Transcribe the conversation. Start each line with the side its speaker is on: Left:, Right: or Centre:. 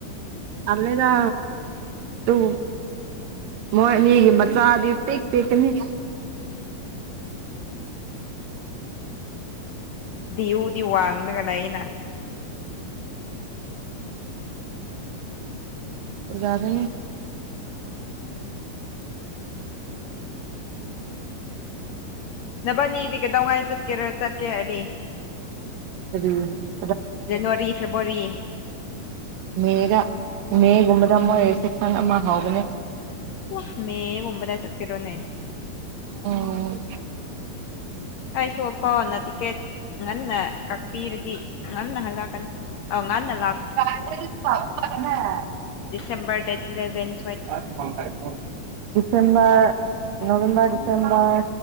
Right: ꯑꯜꯂꯦꯗ ꯇꯨ ꯃꯣꯏ ꯑꯅꯤꯒꯤ ꯃꯆꯥꯗꯤ ꯄꯤꯛ ꯄꯤꯛꯀꯅꯤ
Left: ꯗꯤꯌꯨꯗꯤ ꯋꯥꯡꯅꯒꯅꯥꯏꯌꯦꯅ
Right: ꯖꯗꯅꯤ
Left: ꯅꯕꯅꯤꯗꯤ ꯀꯩꯗꯧꯉꯥꯏ ꯆꯠ ꯀꯦꯔ ꯆꯠꯀꯦ ꯍꯥꯏꯗꯤ
Right: <unintelligible>
Left: ꯖꯟꯋꯥꯔꯤ ꯐꯦꯕ ꯋꯥꯔꯤ
Right: ꯃꯦꯗ ꯃꯦꯒꯨꯝꯕꯗ ꯑꯃ ꯁꯦꯛꯁꯟ ꯑꯃ ꯍꯥꯎꯕꯅꯦ
Left: ꯋꯥ ꯃꯦ ꯒꯨꯝꯕꯗ ꯆꯥꯠꯀꯗꯣꯏꯅꯦ
Right: ꯑꯎ
Left: ꯑꯩ ꯁꯣꯛꯄꯅ ꯇꯤꯛꯀꯦꯠ ꯉꯟꯅ ꯀꯛꯄꯤꯔꯗꯤ ꯉꯥꯟꯅ ꯍꯜꯂꯜꯛꯀꯅꯤ ꯑ ꯉꯥꯅꯜ
Right: <unintelligible>
Left: ꯁꯦꯝꯕꯥꯔ ꯗꯦꯠ ꯏꯂꯥꯕꯦꯟ
Right: <unintelligible> ꯁꯦꯝꯕꯔ ꯅꯣꯕꯦꯝꯕꯔ ꯗꯤꯁꯦꯝꯕꯔ